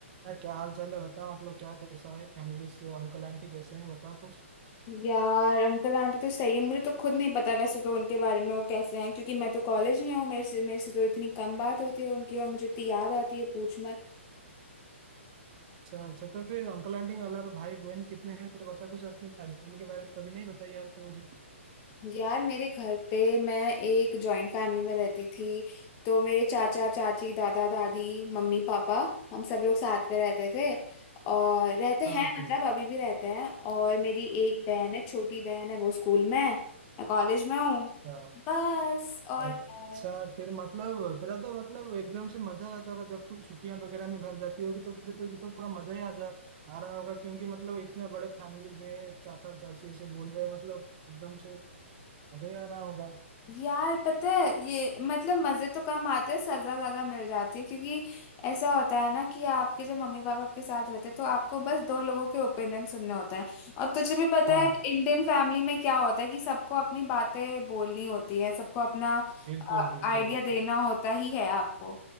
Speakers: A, on the right (about 35°); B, on the left (about 25°).
A: यार क्या हाल चाल है बता मतलब क्या कैसा है फैमिली से अंकल आंटी कैसे हैं बता कुछ
B: यार uncle aunty तो सही है मुझे तो खुद नहीं पता वैसे तो उनके बारे में वो कैसे हैं क्योंकि मैं तो कॉलेज में हूँ मेरे से मेरे से तो इतनी कम बात होती है उनकी और मुझे इतनी याद आती है पूछ मत
A: अच्छा अच्छा तो फिर अंकल आंटी के अलावा भाई बहन कितने हैं तेरे बता कुछ अपनी फैमिली के बारे में कभी नहीं बताई यार तो मुझे
B: यार मेरे घर पे मैं एक जॉइंट फैमिली में रहती थी तो मेरे चाचा चाची दादा दादी मम्मी पापा हम सब लोग साथ में रहते थे और रहते
A: हाँ
B: हैं
A: फिर
B: मतलब अभी भी रहते हैं और मेरी एक बहन है छोटी बहन है वो स्कूल में है मैं कॉलेज में हूँ
A: हाँ,
B: बस और
A: अच्छा
B: क्या है
A: फिर मतलब तेरा तो मतलब एकदम से मजा आ जाता होगा जब तू छुट्टियां वगैरह में घर जाती होगी तो फिर तुझे तो पूरा मजा ही आ जा आ रहा होगा क्योंकि मतलब इतने बड़े फैमिली से चाचा चाची ऐसे बोल रहे हैं, मतलब एकदम से मजा ही आ रहा होगा
B: यार पता है ये मतलब मजे तो कम आते हैं सजा ज्यादा मिल जाती है क्योंकि ऐसा होता है ना कि आपके जब मम्मी पापा आपके साथ रहते हैं तो आपको बस दो लोगों के ओपिनियन सुनने होते हैं और तुझे भी पता
A: हाँ
B: है इंडियन फैमिली में क्या होता है कि सबको अपनी बातें बोलनी होती है सबको अपना
A: बिल्कुल बिल्कुल
B: आइडिया
A: बिल्कुल
B: देना होता ही है आपको